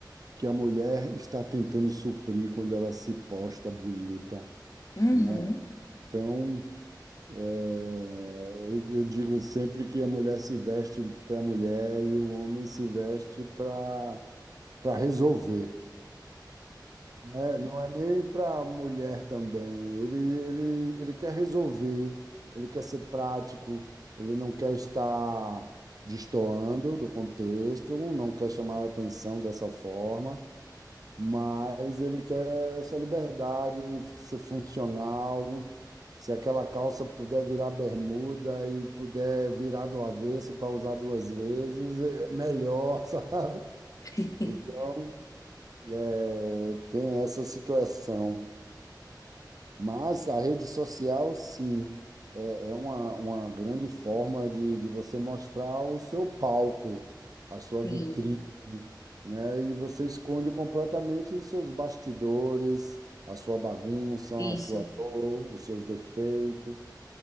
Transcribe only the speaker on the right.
que a mulher está tentando suprir quando ela se posta bonita.
né então, é, eu, eu digo sempre que a mulher se veste para a mulher e o homem se veste para para resolver. né? Não é nem para a mulher também. Ele, ele, ele quer resolver, ele quer ser prático, ele não quer estar destoando do contexto, não quer chamar a atenção dessa forma. mas ele quer essa liberdade, ser funcional. Se aquela calça puder virar bermuda e puder virar do avesso para usar duas vezes, é melhor, <laughs> sabe?
Então, é, tem essa situação. Mas a rede social, sim, é, é uma, uma grande forma de, de você mostrar o seu palco, a sua
vitrine, né? E você esconde completamente os seus bastidores, a sua bagunça,
a sua dor, os seus defeitos.